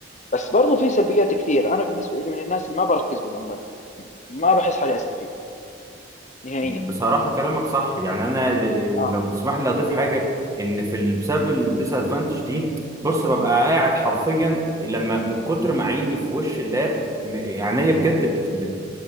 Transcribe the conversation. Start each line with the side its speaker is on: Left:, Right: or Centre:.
Left: بس برضو في سلبيات كثير انا بالنسبه لي من الناس اللي ما بركز بالاونلاين ما بحس حالي استفيد نهائيا
Right: بصراحة كلامك صح يعني أنا ل-
Left: اه
Right: لو تسمح لي أضيف حاجة إن في ال- بسبب الديس أدفانتج دي بص ببقى قاعد حرفيا لما من كتر ما عيني في وش اللاب م- عينيا بجد بت- بت-